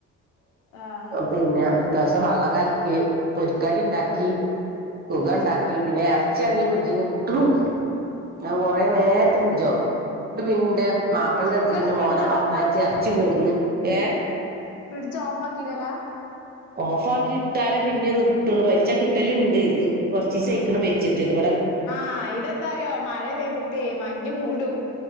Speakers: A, on the left (about 80°); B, on the right (about 30°).
A: ആഹ്
B: പിന്നെ ലേസംവള്ളംകലക്കിപൊരിക്കടി ണ്ടാക്കി <unintelligible>
A: ആഹ്
B: ണ്ടാക്കി പിന്നെ എർച്ചിയാണങ്ങി ഫ്രിഡ്ജ്ന്ന് കിട്ടുണുല്ല ഞാ കൊറേനേര്ത്തെ ഫ്രിഡ്ജ് ഓഫാ ട്ട് പിന്റെ മാപ്പിളന്റെടുത്ത്ക്കിന്റെ
A: നിങ്ങള് ഫ്രിഡ്ജ്
B: മോനെ പറഞ്ഞയച്ച്
A: ഓഫ്
B: എറച്ചി കൊട്ന്ന് ഏഹ്
A: ഫ്രിഡ്ജ്ഓഫാക്കിടല
B: ഓഫാക്കിട്ടാലേപിന്നെയൊന്ന് കിട്ടൊള്ളു വലിച്ചകിട്ടൽണ്ട് ഇത് കൊറച്ചിസായിക്കണ്വെച്ചിട്ട്
A: ആഹ്
B: ഇത് ഇവിടെ
A: ആഹ് ഇതെന്താറിയോ മഴപെയ്തിട്ടേ മഞ്ഞ് മൂടും